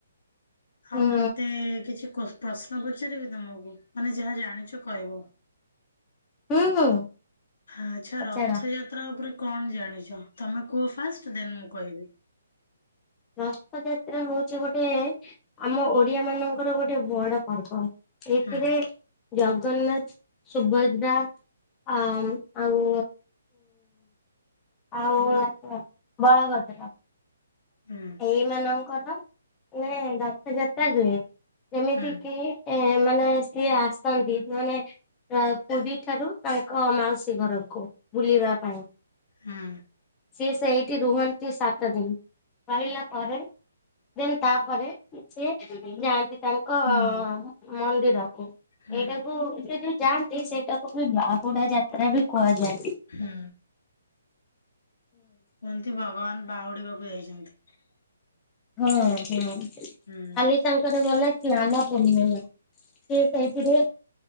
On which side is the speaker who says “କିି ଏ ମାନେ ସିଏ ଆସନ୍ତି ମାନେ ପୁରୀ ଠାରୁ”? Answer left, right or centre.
Left